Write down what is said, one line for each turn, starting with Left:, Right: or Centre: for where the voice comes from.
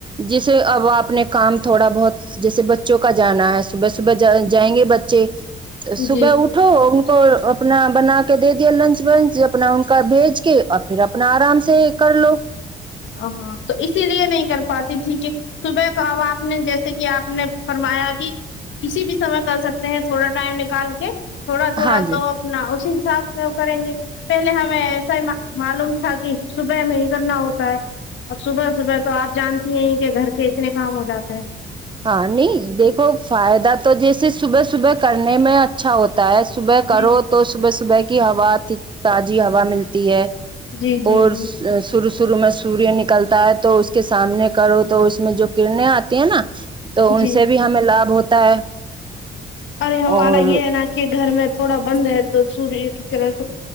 Right: جیسے اب آپ نے کام تھوڑا بہت جیسے بچوں کا جانا ہے صبح صبح جائیں گے بچے تو صبح
Left: جی
Right: اٹھو کو اپنا بنا کے دے دیا لنچ ونچ اپنا انکا بھیج کے اور پھر اپنا آرام سے کرلو
Left: ہ ہاں تو اسی لیے نہیں کر پاتی تھی کہ صبح کا اب آپ نے جیسے کہ آپ نے فرمایا کہ کسی بھی سمے کر سکتے ہیں تھوڑا ٹائم نکال کے تھوڑا تھوڑا
Right: ہاں جی
Left: نا اسی حساب سے ہم کریں گے پہلے ہمیں ایسا ہی مع معلوم تھا کہ صبح میں ہی کرنا ہوتا ہے اب صبح صبح تو آپ جانتی ہیں کہ گھر کے اتنے کام ہو جاتے ہیں
Right: ہاں نہیں دیکھو فائدہ تو جیسے صبح صبح کرنے میں اچھا ہوتا تا ہے صبح کرو
Left: جی
Right: تو صبح صبح کی ہوا ت تازی ہوا ملتی ہے
Left: جی جی
Right: اور
Left: جی
Right: شروع شروع میں سوریہ نکلتا ہے تو اس کے سامنے کرو تو اس میں جو کررنیں آتی ہیں نا تو ان
Left: جی
Right: سے بھی ہمیں لابھ ہوتا ہے
Left: ارے ہمارا
Right: اور
Left: یہ ہے نا کہ گھر میں تھوڑا بند ہے تو سوریے کی کہ رہے تو